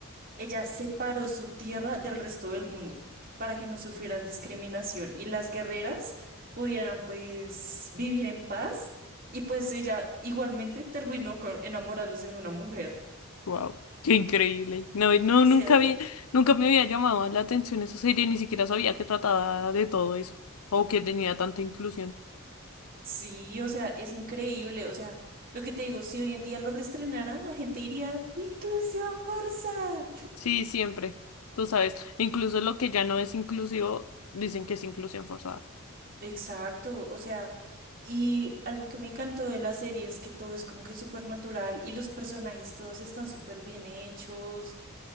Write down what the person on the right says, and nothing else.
Ella separó su tierra del resto del mundo para que no sufrieran discriminación y las guerreras pudieran pues vivir en paz. Y pues ella igualmente terminó con, enamorándose de una mujer.
O
sea,
Sí, o sea, es increíble. O sea, lo que te digo, si hoy en día lo reestrenaran, la gente diría, inclusión forzada.
Exacto, o sea, y algo que me encantó de la serie es que todo es como que súper natural y los personajes todos están súper bien hechos.